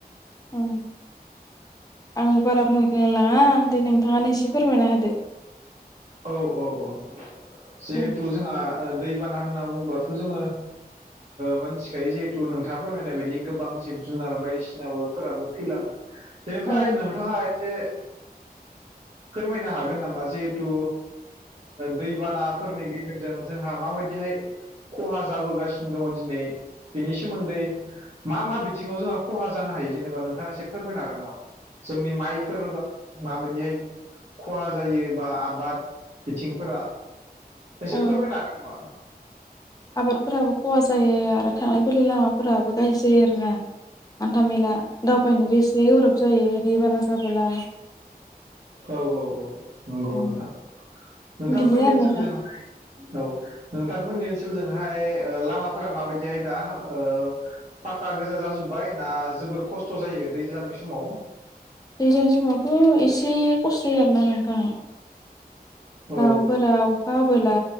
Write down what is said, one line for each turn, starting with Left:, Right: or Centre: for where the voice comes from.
Left: ओम आंबो बारा बुंनो <unintelligible> लाङा दे नोंथाङानो एसे फोरमायना होदो।
Right: औ औ औ जिहेथु
Left: ओं
Right: जोंहा दैबाना होनना बुङोबथ' जोङो। मोनथिखायो जिहेथु नोंथाङा फोरमायनाय बायदि गोबां जिब जुनार बायदिसिनाबोफोराबो थैलाङो। बेनिफ्राय
Left: औ
Right: नोंथाङा एसे फोरमायनो हागोन नामा? जिहेथु दैबानाफोरनि गेजेरजों जोंहा माबायदिहाय खहा जाबोगासिनो दङ दिनै बेनि सोमोन्दै मा मा बिथिङाव जोंहा खहा जानो हायो जेनेबा नोंथाङा एसे फोरमायनो हागोन नामा? जोंनि माइफोर माबायदिहाय खहा जायो बा आबाद बिथिंफोरा एसे
Left: औ
Right: फोरमायनो हागोन नामा?
Left: आबादफोराबो खहा जायो आरो थांलाय फैलाय लामाफोराबो गाह्रि जायो आरोना। हान्था मेला दावबायनोबो एसे गोराब जायो दैबाना जाबोला।
Right: औ औ औ नंगौ
Left: ओम
Right: नोंथां नोंथांमोननि
Left: बिदिनो आरो
Right: ओनसोलजोंहाय
Left: नोंहा
Right: औ नोंथांमोननि ओनसोलजोंहाय लामाफोरा माबायदिहाय दा? ओ फााखा गोजा जाजोब्बाय ना जोबोर खस्थ' जायो दैज्लांनि समाव?
Left: दैज्लां समावथ' एसे खस्थ'य आरोना नोंथाङ।
Right: औ
Left: लामाफोरा अखा हाबोला